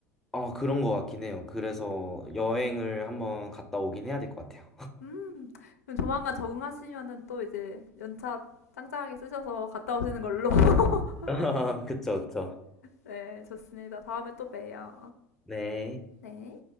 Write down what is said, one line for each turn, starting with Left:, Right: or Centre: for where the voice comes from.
Centre: 어, 그런 것 같긴 해요. 그래서 여행을 한번 갔다 오긴 해야 될 것 같아요.
Left: 음, 그럼 조만간 적응하시면은 또 이제 연차 짱짱하게 쓰셔서 갔다 오시는 걸로. <laughs>
Centre: <laughs> 그쵸, 그쵸.
Left: 네, 좋습니다. 다음에 또 봬요.
Centre: 네.
Left: 네.